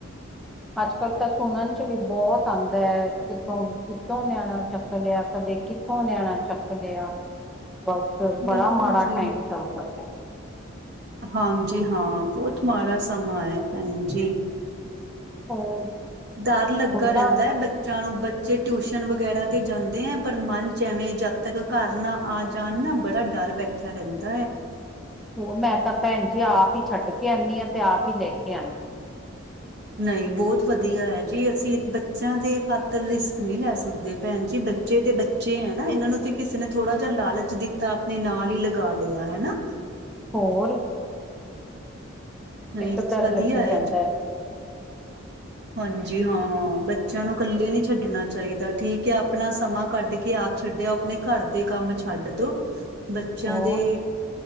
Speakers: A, in the centre; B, on the right.
A: ਅੱਜ-ਕੱਲ ਤਾਂ ਸੁਣਨ ਚ ਵੀ ਬੋਤ ਆਂਦੇ ਐ ਕਿੱਤੋ, ਕਿੱਤੋ ਨਿਆਣਾ ਚੱਕ ਲਿਆ ਕਦੇ ਕਿ ਥੋਂ ਨਿਆਣਾ ਚੱਕ ਲਿਆ, ਬਸ
B: ਬਿਲਕੁਲ
A: ਬੜਾ ਮਾੜਾ
B: ਜੀ
A: ਟਾਈਮ ਚੱਲਦਾ ਪਿਆ।
B: ਹਾਂਜੀ ਹਾਂ ਬੋਤ ਮਾੜਾ ਸਮਾਂ ਐ ਭੈਣ ਜੀ।
A: ਹੋਰ।
B: ਡਰ ਲੱਗਾ
A: ਹੁਣ
B: ਰੈਂਦਾ
A: ਤਾਂ
B: ਐ ਬੱ ਚਿਆਂ ਨੂੰ ਬੱਚੇ ਟਿਊਸ਼ਨ ਵਗੈਰਾ ਤੇ ਜਾਂਦੇ ਐ ਪਰ ਮਨ ਚ ਐਵੇਂ ਜਦ ਤੱਕ ਘਰ ਨਾ ਆ ਜਾਣ ਨਾ ਬੜਾ ਡਰ ਬੈਠਿਆਂ ਰੈਂਦਾ ਐ।
A: ਹੋਰ ਮੈਂ ਤਾਂ ਭੈਣ ਜੀ ਆਪ ਈ ਛੱਡ ਕੇ ਆਨੀ ਆ ਤੇ ਆਪ ਈ ਲੈ ਕੇ ਆਨ
B: ਨਈ ਬੋਤ ਵਧੀਆਂ ਐ ਜੀ ਅਸੀਂ ਬੱਚਿਆਂ ਦੇ ਖ਼ਾਤਰ ਰਿਸਕ ਨੀ ਲੈ ਸਕਦੇ ਭੈਣ ਜੀ ਬੱਚੇ ਤੇ ਬੱ ਚੇ ਹੈ ਨਾ ਇਨਾਂ ਨੂੰ ਤੇ ਕਿਸੇ ਨੇ ਥੋੜਾ ਜਾ ਲਾਲਚ ਦਿੱਤਾ ਆਪਣੇ ਨਾਲ ਈ ਲਗਾ ਲਿਆ ਹੈਨਾ।
A: ਹੋਰ।
B: ਨਹੀਂ
A: ਇੱਕ ਡਰ
B: ਵਧੀਆ
A: ਲੱਗੀ
B: ਹੈ
A: ਜਾਂਦੈਂ।
B: ਹਾਂਜੀ ਹਾਂ ਬੱਚਿਆਂ ਨੂੰ ਕੱਲੇ ਨੀ ਛੱਡਣਾ ਚਾਈਦਾ ਠੀਕ ਐ ਆਪਣਾ ਸਮਾਂ ਕੱਢ ਕੇ ਆਪ ਛੱਡੇ ਆਓ ਆਪਣੇ ਘਰ ਦੇ ਕੰਮ ਛੱਡ ਦੋ ਬੱਚਿਆਂ
A: ਹੋਰ
B: ਦੀ